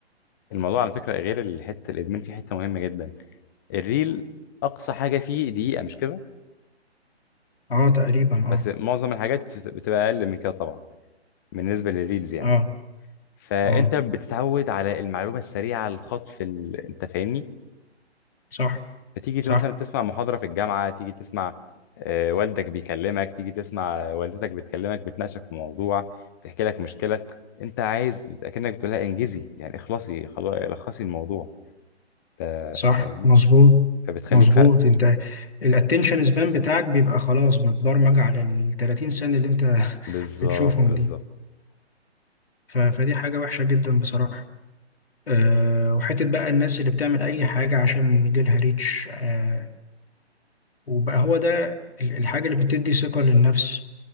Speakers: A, on the left; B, on the left.
A: الموضوع على فكرة غير ال- حتة الإدمان فيه حتة مهمة جدا الريل أقصى حاجة فيه دقيقة مش كده
B: اه تقريبا اه
A: بس معظم الحاجات بت- بتبقى أقل من كده طبعا بالنسبة للريلز يعني
B: اه
A: فأنت
B: اه
A: بتتعود على المعلومة السريعة الخطف ال... أنت فاهمني
B: صح
A: فتيجي
B: صح
A: مثلا تسمع محاضرة في الجامعة تيجي تسمع آه، والدك بيكلمك تيجي تسمع والدتك بتكلمك بتناقشك في موضوع تحكي لك مشكلة أنت عايز أكنك بتقولها إنجزي يعني اخلصي خلاص لخصي الموضوع تا-
B: صح
A: فاهمني
B: مظبوط
A: فبتخليك
B: مظبوط
A: فعلا
B: انت الاتنشن سبان بتاعك بيبقى خلاص متبرمج على ال 30 سنة اللي انت <laughs>
A: بالظبط
B: بتشوفهم
A: بالظبط
B: دي ف- فدي حاجة وحشة جدا بصراحة أه وحتة بقى الناس اللي بتعمل أي حاجة عشان يجيلها ريتش أه وبقى هو ده ال- الحاجة اللي بتدي ثقة للنفس